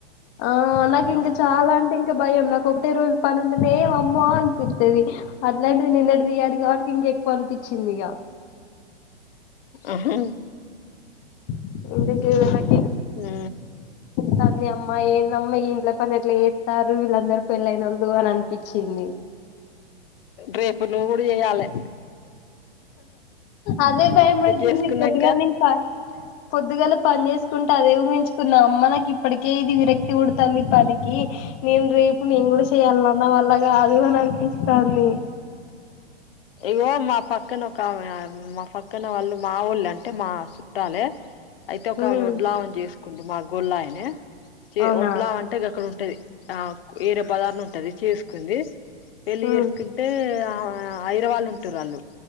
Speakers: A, on the left (about 20°); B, on the left (about 60°).
A: ఆ నాకు
B: ఉమ్
A: ఇంకా చాలా అంటే ఇంకా భయం నాకు ఒకే రోజు పనుండినే అమ్మో అనిపిత్తది అట్లాంటిది నిన్నది తీయడు కాబట్టి ఇంక ఎక్కువ అనిపించింది ఇగ
B: ఆహా
A: ఎంత <inaudible>
B: నా
A: తంది అమ్మా ఏందమ్మా ఈ ఇంట్లో పని ఎట్లా చెత్తారు వీళ్ళందరు పెళ్ళైన వోళ్ళు అని అనిపించింది
B: రేపు నువ్వు కూడా చెయాలే
A: అదే భయమవుతుంది
B: చేసుకున్నాంక
A: పొద్దుగా నించి పొద్దుగాల పని చేసుకుంట అదే ఊహించుకున్నా మనకి ఇప్పటికే ఇది విరక్తి పుడతాంది పనికి నేను రేపు నేను కూడా చెయ్యాల్లనా నా వల్ల కాదు అని అనిపిస్తాంది
B: ఇగో మా పక్కన ఒక ఆమె మా పక్కన వాళ్ళు మా ఒళ్ళు అంటే మా చట్టాలే అయితే ఒక
A: ఉమ్
B: వడ్లా ఆమెను చేసుకుండు మా గోళ్ళ ఆయనే చి
A: అవునా
B: వడ్ల ఆమెను ఉంటది అక్కడ ఉంటది ఆ వేరే బజారణ ఉంటది చేసుకుంది పేళ్లి
A: ఉమ్
B: చేసుకు కుంటే ఆమె హైదరాబాద్ లో ఉంటారు వాళ్ళు